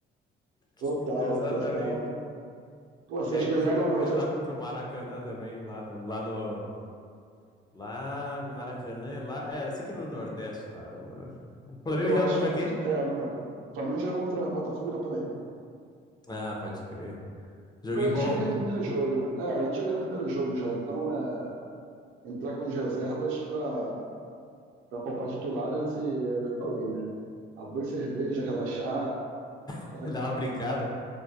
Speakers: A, on the right; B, on the left.
A: Total,
B: <laughs> Exatamente.
A: total. Pô,
B: E
A: vocês
B: ainda
A: ganharam.
B: jogamos hoje lá contra o Maracanã também, lá no, lá no, lá em Maracanã, lá, é, eu sei que é no Nordeste lá. O Flamengo
A: Eu
B: joga
A: acho.
B: contra
A: Eu
B: quem?
A: não, é, não lembro. O Flamengo joga contra Botafogo na Paraíba.
B: Ah, pode crer. Joguinho
A: Mas a gente
B: bom,
A: já ganhou o primeiro jogo, né? É, a gente já ganhou o primeiro jogo já. Então é entrar com as reservas para poupar titulares e é o que eu falei, né? Abrir cerveja, relaxar,
B: <laughs>
A: sabe?
B: dá uma brincada.